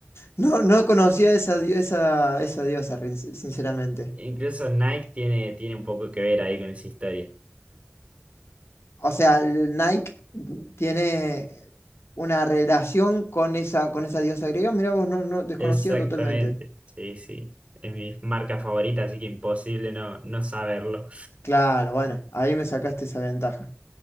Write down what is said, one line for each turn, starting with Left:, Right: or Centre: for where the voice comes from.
Left: No, no conocía esa, dio- esa, esa diosa, rin- sinceramente.
Right: Incluso Nike tiene, tiene un poco que ver ahí con esa historia.
Left: O sea, el Nike tiene una relación con esa, con esa diosa griega. Mira vos, no, no, desconocía
Right: Exactamente.
Left: totalmente.
Right: Sí, sí. Es mi marca favorita, así que imposible no, no saberlo.
Left: Claro, bueno, ahí me sacaste esa ventaja.